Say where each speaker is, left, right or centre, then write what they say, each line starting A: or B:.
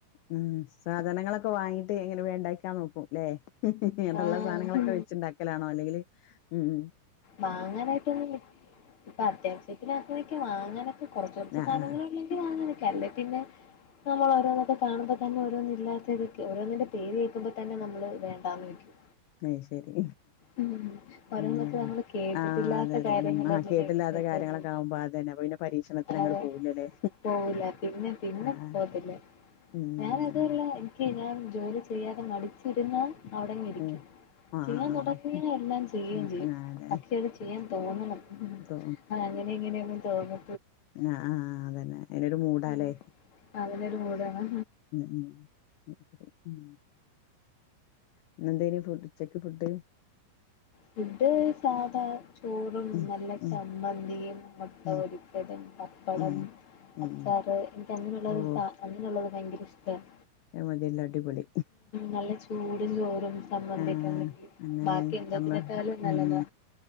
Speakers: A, on the left; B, on the left.
A: ഉം സാധനങ്ങളൊക്കെ വാങ്ങീട്ട് ഇങ്ങനെ വേം ഇണ്ടാക്കാ നോക്കും ലേ ഇള്ള
B: ആഹ്
A: സാധനങ്ങളൊക്കെ വെച്ചിണ്ടാക്കലാണോ അല്ലെങ്കില് ഉം ഉം
B: വാങ്ങാനായിട്ട് ഒന്നുല്ല ഇപ്പൊ അത്യാവി <unintelligible> വാങ്ങാനൊക്കെ കൊറച്ച് കൊറച്ച്
A: ആഹ്
B: സാധനങ്ങൾ
A: ആഹ്
B: ഒള്ളെങ്കി വാങ്ങാനൊക്കെ അല്ലെ പിന്നെ നമ്മൾ ഓരോന്നൊക്കെ കാണുമ്പോ തന്നെ ഓരോന്നില്ലാത്തതൊക്കെ ഓരോന്നിന്റെ പേര് കേക്കുമ്പതന്നെ നമ്മള് വേണ്ടാന്ന് വെക്കും.
A: അയ് ശരി
B: ഉം ഓരോന്നൊക്കെ
A: ഉം
B: നമ്മള് കേട്ടിട്ടില്ലാത്ത
A: ആഹ് അതെ അതെ
B: കാര്യങ്ങളന്നെ
A: ഉം ആഹ് കെട്ടില്ലാത്ത
B: കേൾക്കുമ്പോഴത്തേന്
A: കാര്യങ്ങളൊക്കെ ആകുമ്പൊ അതന്നെ പരീക്ഷണത്തിന്
B: അതെ
A: അങ്ങട് പോവൂലല്ലേ
B: പോവൂല പിന്നെ പിന്നെ
A: ആഹ്
B: പോകത്തില്ല
A: ഉം അയന്നെ
B: ഞാൻ അതുമല്ല എനിക്ക് ഞാൻ ജോലി ചെയ്യാതെ മടിച്ചിരുന്നാ അവിടെങ്ങ് ഇരിക്കും
A: ഉം ആഹ്
B: ചെയ്യാൻ
A: ആഹ്
B: തൊട
A: ആഹ്
B: ങ്ങിയാ ഞാൻ എല്ലാം ചെയ്യോം
A: ഉം
B: ചെയ്യും
A: ആഹ് അതെ
B: പക്ഷെ അത് ചെയ്യാൻ തോന്നണം
A: ഇപ്പൊ
B: അതങ്ങനെ ഇങ്ങനെയൊന്നും തോന്നി
A: ആ ആഹ് അതന്നെ അയിനൊരു മൂടാലേ
B: ഉം അതിനൊരു മൂടാണ്
A: ഉം ഉം അത് ശെരി ഉം ഇന്നെന്തേനി ഫുഡ് ഉച്ചക്ക് ഫുഡ്
B: ഫുഡ് സാധാ ചോറും
A: ഉം
B: നല്ല
A: ഉം
B: ചമ്മന്തിയും, മുട്ട
A: ഉം
B: പൊരി ച്ചതും, പപ്പടം,
A: ഉം ഉം
B: അച്ചാറ് എനിക്ക് അങ്ങനെയുള്ളത്
A: ഓഹ്
B: <unintelligible> അങ്ങനുള്ളത് ഭയങ്കര ഇഷ്ട്ടാണ്
A: അത് മതിയല്ലോ അടിപൊളി
B: നല്ല ചൂടും ചോറും സമ്മന്തിയൊക്കെ
A: ആഹ്
B: ഉണ്ടെങ്കിൽ
A: അന്നെ
B: ബാക്കി എന്തത്തിനെക്കാളും
A: ചമ്മ
B: നല്ലതാ
A: ഉം